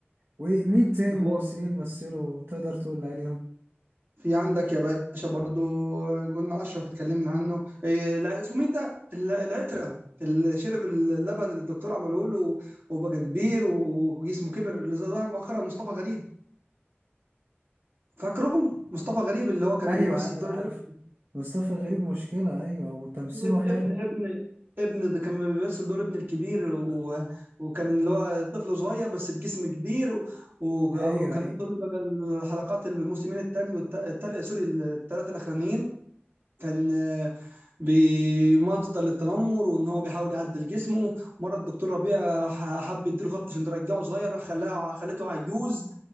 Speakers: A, on the right; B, on the right.
A: ومين تاني
B: هو
A: ممثلين مثلوا تقدر تقول عليهم
B: في عندك يا باشا برضو قلنا اشرف اتكلمنا عنه إيه، لا، اسمه مين ده ال- العترقه اللي شرب اللبن اللي الدكتور عمله له وبقى كبير وجسمه كبر اللي ظهر مؤخرا مصطفى غريب فاكره مصطفى غريب اللي هو كان
A: ايوه
B: بيمثل
A: ايوه
B: دور
A: عارف
B: العترقه
A: مصطفى غريب مشكلة ايوه وتمثيله
B: ابن
A: حلو
B: ابن ابن ابن ده كان بيمثل دور ابن الكبير و...
A: لا
B: وكان اللي هو طفل صغير بس بجسم كبير و... وكان
A: ايوه ايوه
B: دول بقى الحلقات الموسمين الثاني والثالث سوري الثلاثه الاخرانيين كان بمصدر للتنمر وان هو بيحاول يعدل جسمه مره الدكتور ربيع راح حب يديله خط عشان ترجعه صغير راح خلاها خلته عجوز